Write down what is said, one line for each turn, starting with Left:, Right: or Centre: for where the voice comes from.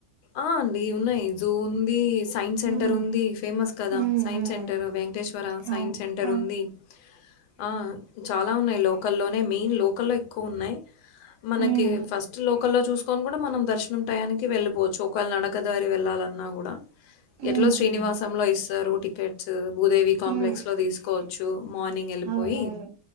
Left: ఆ అండి ఉన్నాయి జూ ఉందీ సైన్స్ సెంటర్
Right: ఉమ్
Left: ఉందీ ఫేమస్ కదా
Right: ఉమ్
Left: సైన్స్
Right: ఉమ్.
Left: సెంటర్ వెేంకటేశ్వర సైన్స్
Right: అవు
Left: సెంటర్
Right: అవు
Left: ఉంది ఆ చాలా ఉన్నాయి లోక్ కల్లోనే మెయిన్ లోకల్లో ఎక్కువ ఉన్నాయి మనకి
Right: ఉమ్
Left: ఫస్ట్ లో ల్లో చూసుకొని కూడా మనం దర్శనం టయానికి వెళ్ళిపోవ చ్చు ఒకవేళ నడకదారి వెళ్ళాలన్నా కూడా
Right: ఉమ్
Left: ఎట్లో శ్రీనివాసంలో
Right: ఉమ్
Left: ఇస్తారు టికెట్సు భూదేవి కాంప్లెక్స్
Right: ఉమ్
Left: లో తీసుకోవచ్చు మార్నింగ్ ఎళ్ళిపోయి
Right: అవునవును